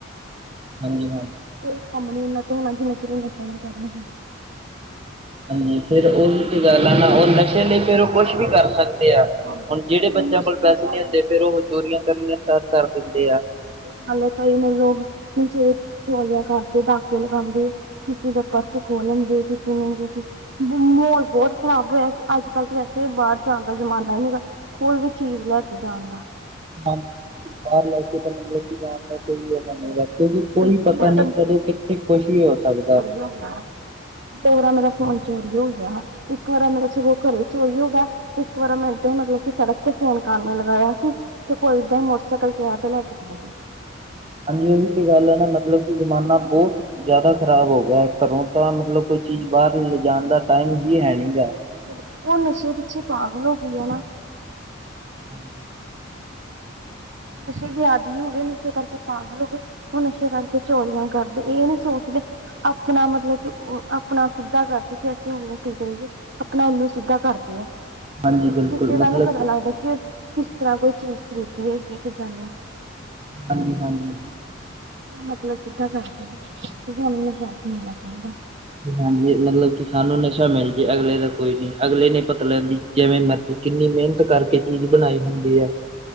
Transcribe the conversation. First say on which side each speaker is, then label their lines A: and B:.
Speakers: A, on the right; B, on the right.
A: ਹਾਂਜੀ ਹਾਂ
B: ਕੋਈ ਕੰਮ ਨੀ ਉਹਨਾਂ ਤੋਂ ਹੋਣਾ ਜਿੰਨਾ ਚਿਰ ਨਸ਼ਾਣਾ ਕਰਨਗੇ।
A: ਨਹੀਂ ਫੇਿਰ ਉਹੀ ਤੇ ਗੱਲ ਆ ਨਾ ਉਹ ਨਸ਼ੇ ਲਈ ਫੇਰ ਉਹ ਕੁੱਛ ਵੀ ਕਰ ਸਕਦੇ।
B: ਹਾਂਜੀ
A: ਹੁਣ, ਜਿਹੜੇ ਬੱਚਿਆਂ
B: ਨਸ਼ੇ
A: ਕੋਲ ਪੈਸੇ
B: ਦੇ ਕਾਰਨ
A: ਨਹੀਂ ਹੁੰਦੇ, ਫੇਰ ਉਹ ਚੋਰੀਆਂ ਕਰਨੀਆਂ ਸਟਾਰਟ ਕਰ ਦਿੰਦੇ ਆ।
B: ਕਈ ਕਈ ਮਤ ਲੋਕ ਨਚੇੋਲੀਆਂ ਕਰਦੇ ਡਕੇ ਲਗਾਉਂਦੇ। ਕਿਸੇ ਦਾ ਪਰਸ ਖੋਲਣਗੇੇ ਕਿਸੇ ਨੂੰ ਮਤਲਬ ਮਾਹੌਲ ਬਹੁਤ ਖ਼ਰਾਬ ਹੋਇਆ, ਕਿ ਅੱਜ ਕੱਲ੍ਹ ਤਾਂ ਵੈਸੇ ਬਾਹਰ ਜਾਣ ਦਾ ਜ਼ਮਾਨਾ ਹੀ ਨਹੀਂ ਹੈਗਾ। ਕੋਈ ਵੀ ਚੀਜ਼ ਲੈ ਕੇ ਜਾਣ ਦਾ
A: ਬਾਹਰ ਲੈ ਕੇ ਤਾਂ ਮਤਲਬ ਕਿ ਜਾਣ ਦਾ ਕੋਈ ਯੋਗਾ ਨਹੀਂ ਰ ਕਿਉਂਕਿ ਕੋਈ
B: ਬਿਲਕੁਲ
A: ਪਤਾ
B: ਮੇਰਾ
A: ਨੀ ਜਦੋਂ ਕਿੱਥੇ ਖੁਸ਼ ਵੀ ਹੋ ਸਕਦਾ।
B: ਹ ਦੋ ਵਾਰਰਾ ਮੇਰਾ ਫੋਨ ਚੋਰੀ ਹੋ ਗਿਆ। ਇੱਕ ਵਾਰ ਮੇਰਾ ਸਗੋਂ ਘਰੇ ਚੋਰੀ ਹੋ ਗਿਆ। ਇੱਕ ਵਾਰ ਮਿੰਟ ਮਤਲਬ ਕਿ ਸੜਕ ਤੇ ਫੋਨ ਕਰਨ ਨੂੰ ਲਗਾਇਆ ਸੀ ਤੇ ਕੋਈ ਏਦਾਂ ਹੀ ਮੋਟਰਸਾਈਕਲ ਕੇ ਆ ਤੇ ਲੈ ਕੇ ਚਲਾਗੇ।
A: ਹਾਂਜੀ। ਉਹੀ ਤੇ ਗੱਲ ਹੈ ਨਾ ਮਤਲਬ ਕਿ ਜ਼ਮਾਨਾ ਬਹੁਤ ਜ਼ਿਆਦਾ ਖ਼ਰਾਬ ਹੋ ਗਿਆ ਘਰੋਂ ਤਾਂ ਮਤਲਬ ਕੋਈ ਚੀਜ਼ ਬਾਹਰ ਲਿਜਣ ਦਾ ਟਾਈਮ ਹੀ ਹੈ ਨੀ ਗਾ।
B: ਬਿਲਕੁਲ ਉਹ ਨਸ਼ੇ ਪਿੱਛੇ ਪਾਗਲ ਹੋ ਗਈ ਹੈ ਨਾ।
A: ਹਾਂਜੀ
B: ਨਸ਼ੇ ਦੇ ਆਦਿ ਹੋ ਗ ਨਸ਼ੇ ਕਰਕੇ ਪਾਾਂਗਲ ਹੋ ਗ। ਉਹ ਨਸ਼ੇ ਰ ਕੇ ਚੋਲੀਆਂ ਕਰਦੇ ਇਹ ਨਹੀਂ ਸੋਚਦੇ। ਆਪਣਾ ਮਤਲਬ ਕਿ ਆਪਣਾ ਸਿੱਧਾ ਕਰਦੇ ਕਿ ਅਸੀਂ ਹੇ ਠੀਕ ਰਹੀਏ। ਆਪਣਾ ਉਹਨੂੰ ਸਿੱਧਾ ਕਰਦੇ ਆ।
A: ਹਾਂਜੀ ਬਿਲਕੁਲ
B: ਕਿਸੇ ਦਾਾ
A: ਮਤਲਬ
B: ਨੀ ਪਤਾ ਲੱਗਦਾ ਕਿ ਕਿਸ ਤਰ੍ਹਾਂ ਕੋਈ ਚੀਜ਼ ਖਰੀਦ ਹੈਗੀ ਕਿਦਾਂ ਨ
A: ਹਾਂਜੀ ਹਾਂਜੀ
B: ਮਤਲਬ ਸਿੱਧਾ ਕਰਕੇ ਕਿਣ ਨੂੰ ਸਾਥ ਮਿਲਣਾ ਚਾਹੀਦਾ।
A: ਹਾਂਜੀ ਮਤਲਬ ਕਿ ਸਾਨੂੰ ਨਸ਼ਾ ਮਿਲ ਜਏ ਅਗਲੇ ਦਾ ਕੋਈ ਨੀ ਅਗਲੇ ਨੇ ਪਤਾ ਲੈਂਦੀ ਜਿਵੇਂ ਮ ਤੇ ਕਿੰਨੀ ਮਿਹਨਤ ਕਰਕੇ ਚੀਜ਼ ਬਣਾਈ ਹੁੰਦੀ।